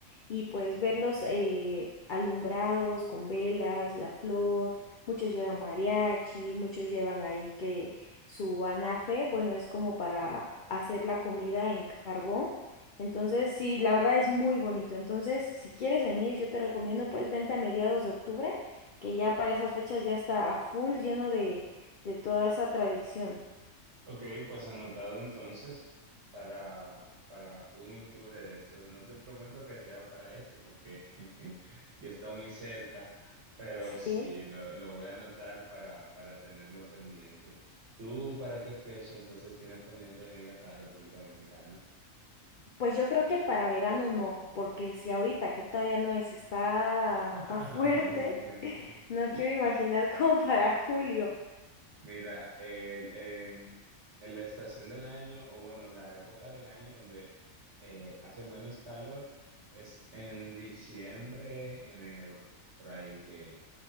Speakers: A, on the left; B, on the right.
A: y pues verlos eh, alumbrados con velas, la flor, muchos llevan mariachi, muchos llevan ahí que su anafe, bueno, es como para hacer la comida en carbón. Entonces, sí, la verdad es muy bonito. Entonces, si quieres venir, yo te recomiendo, pues vente a mediados de octubre, que ya para esas fechas ya está a full lleno de, de toda esa tradición.
B: Ok, pues anotado entonces para, para un octubre de estos. No te prometo que sea para esto porque <laughs> ya está muy cerca, pero
A: Sí.
B: sí, lo, lo voy a anotar para, para tenerlo pendiente. ¿Tú para qué fecha entonces tienes pendiente venir acá a República Dominicana?
A: Pues yo creo que para verano no, porque si ahorita que todavía no es, está,
B: <laughs>
A: está fuerte, <laughs> no quiero imaginar como para julio.
B: Mira, el, em, en la estación del año, o bueno, la época del año donde eh, hace menos calor es en diciembre, enero, por ahí que,